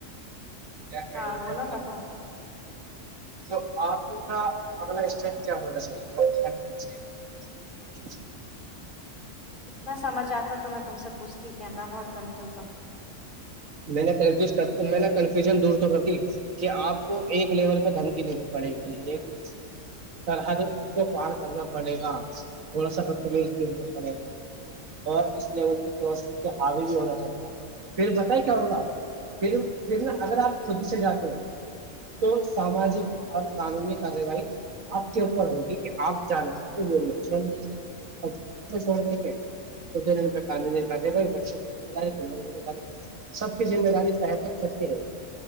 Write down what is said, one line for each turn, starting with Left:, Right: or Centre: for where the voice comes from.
Right: کیا گڑ
Left: ہاں
Right: وال
Left: بولو نا تم
Right: تو آپ کا اگلا اسٹیپ کیا ہونا چاہیے کیا کرنا چاہیے
Left: اتنا سمجھ آتا تو میں تم سے پوچھتی کہ میں بہت کنفیوز ہوں
Right: میں کنفیو میں نے کنفیوژن دور تو کر دی کہ آپ کو ایک لیول پہ دھمکی دینی پڑے گی ایک سرحد کو پار کرنا پڑے گا تھوڑا سا بدتمیز بھی ہونا پڑے گا اور اس لیول حاوی بھی ہونا پڑے گا پھر ت کیا ہوگا پھر پھر نا
Left: ہوں
Right: اگر آپ خود سے جاتے ہو تو ساماجک اور قانونی کاروائی آپ کے اوپر ہوگی کہ آپ جانا چاہتے ہو وہ نہیں چھڑنا چاہتے اور کو چھوڑ دیں گے خ دن ان کا قانونی کاروائی بچوں کیمہ داری پرانی ذم داری سب کی ذمہ داری تہ تک چلتی رہے گی